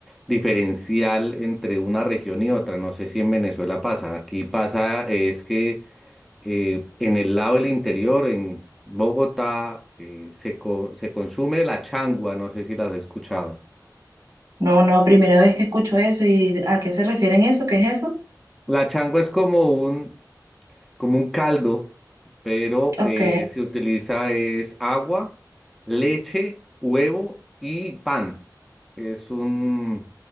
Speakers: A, in the centre; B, on the right.
A: diferencial entre una región y otra. No sé si en Venezuela pasa. Aquí pasa es que eh, en el lado del interior, en Bogotá, eh, se, co- se consume la changua. No sé si las has escuchado.
B: no, no, primera vez que escucho eso y ¿a qué se refieren eso? ¿Qué es eso?
A: La changua es como un como un caldo, pero
B: Ok.
A: eh, se utiliza es agua, leche, huevo y pan. Es un